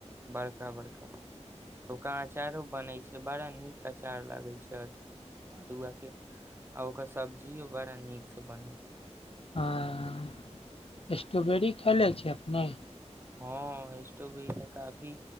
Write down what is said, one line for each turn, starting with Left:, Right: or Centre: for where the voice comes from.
Right: बड़का बड़का ओका अचारो बनै छै। बड़ा नीक अचार लागे छै और अरुआ के आ ओकर सब्जियो बड़ा नीक से बनै छै।
Left: ह स्ट्रोबेरी खेले छीये अपने।
Right: ह स्ट्रोबेरी तऽ काफी